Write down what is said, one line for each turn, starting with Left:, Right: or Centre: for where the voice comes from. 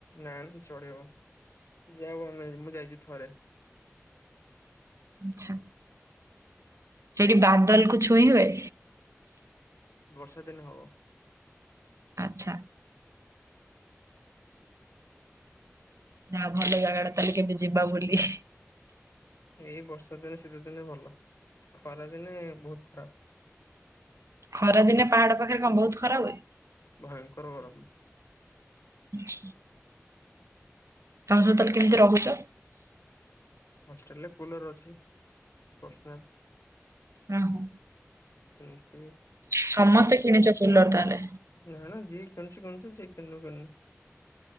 Left: ନା ନା ଚଢିହବ ଯାଉ ଆମେ ମୁଁ ଯାଇଚି ଥରେ।
Right: ଆଛା ସେଠି ବାଦଲ କୁ ଛୁଇଁ ହୁଏ?
Left: ବର୍ଷା ଦିନ ହବ।
Right: ଆଚ୍ଛା। ନା ଭଲ ଜାଗାଟା ତାହେଲେ କେବେ ଯିବା ବୁଲି।
Left: ଏଇ ବର୍ଷା ଦିନେ ଶୀତ ଦିନେ ଭଲ, ଖରା ଦିନେ ବୋହୁତ ଖରାପ।
Right: ଖରା ଦିନେ ପାହାଡ ପାଖରେ କଣ ବୋହୁତ ଖରା ହୁଏ?
Left: ଭୟଙ୍କର ଗରମ।
Right: ଆଛ। ତୋମେ ସବୁ ତାହେଲେ କେମିତି ରହୁଚ?
Left: ହଷ୍ଟେଲ୍ ରେ କୁଲର୍ ଅଛି, ପର୍ସନାଲ।
Right: ନା, ହଁ।
Left: ସେମତି।
Right: ସମସ୍ତେ କିଣିଚ କୁଲର୍ ତାହେଲେ?
Left: ନା ନା ଯିଏ କିଣିଚୁ କିଣୁଚି ଯିଏ କିଣୁନି କିଣିନି।